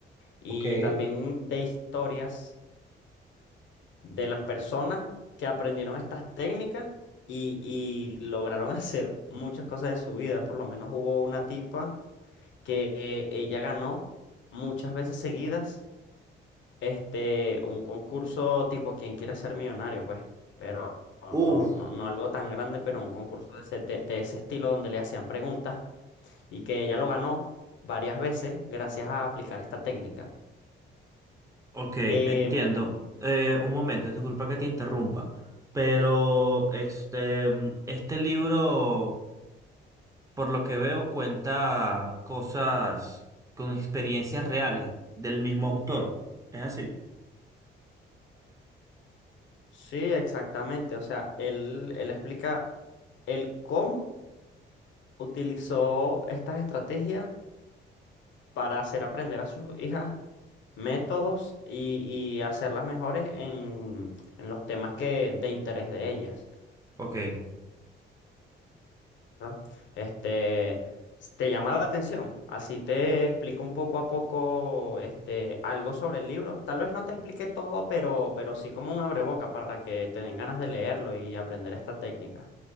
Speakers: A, on the left; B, on the right.
A: y
B: ok.
A: también de historias de las personas que aprendieron estas técnicas y, y lograron <laughs> hacer muchas cosas en su vida. Por lo menos hubo una tipa que eh, ella ganó muchas veces seguidas este, un concurso tipo ¿Quién quiere ser millonario? Pues, pero no,
B: Uf,
A: no, no algo tan grande, pero un concurso de ese, de de ese estilo donde le hacían preguntas y que ella lo ganó varias veces gracias a aplicar esta técnica.
B: Ok, entiendo.
A: Em,
B: Eh, un momento, disculpa que te interrumpa, pero este, mm, este libro, por lo que veo, cuenta cosas con experiencias reales del mismo autor. ¿Es así?
A: sí, exactamente. O sea, él, él explica el cómo utilizó estas estrategias para hacer aprender a sus hijas métodos y, y hacerlas mejores en, en los temas que, de interés de ellas,
B: Ok.
A: ¿verdad? Este, s- te llama la atención, así te explico un poco a poco este, algo sobre el libro. Tal vez no te explique todo, pero, pero sí como un abreboca para que te den ganas de leerlo y aprender esta técnica.